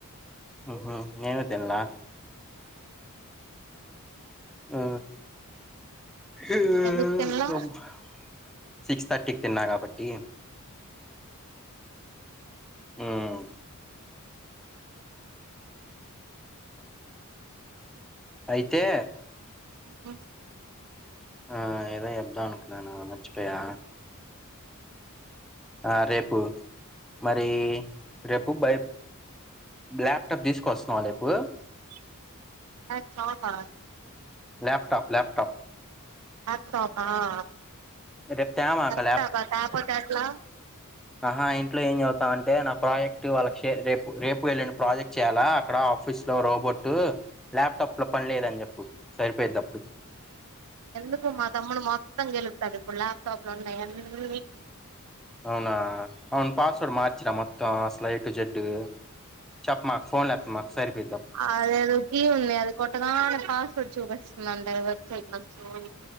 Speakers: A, in the centre; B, on the right.
A: ఉహూ నేను తిన్లా ఆ <inaudible>
B: ఎందుకు తినలా
A: సిక్స్ థర్టీకి తిన్నా కాబట్టి ఉమ్ అయితే
B: <inaudible>
A: ఆ ఏదో చెబ్దామనుకున్నాను మర్చిపోయా ఆ రేపు మరి రేపు బై ల్యాప్టాప్ తీసుకొస్తున్నావా రేపు
B: <unintelligible>
A: లాప్టాప్ లాప్టాప్
B: లాప్టాపా అ
A: రేపు తేమాక
B: ల్యాప్టాప్ తేపోతే ఎట్లా
A: ఆహా ఇంట్లో ఏం చదుతా అంటే నా ప్రాజెక్ట్ వాళ్ళకి రేపు రేపు ఎల్లుండి ప్రాజెక్ట్ చేయాలా అక్కడ ఆఫీస్ లో రోబోట్ ల్యాప్టాప్ లో పని లేదని చెప్పు సరిపోయిందప్పుడు
B: ఎందుకు మా తమ్ముడు మొత్తం గెలుకుతాడు ఇప్పుడు ల్యాప్టాప్ ఉన్నాయి అన్ని చూసి
A: అవునా అవును పాస్వడ్ మార్చినామ ఆ స్లైట్ జడ్డు చెప్ మాకు ఫోన్ మాకు సర్పెయ్
B: అదే కీ ఉంది అది కొట్టదా అ పాస్వర్డ్ చూపిస్తుంది అందరు వెబ్సైట్ లో సోది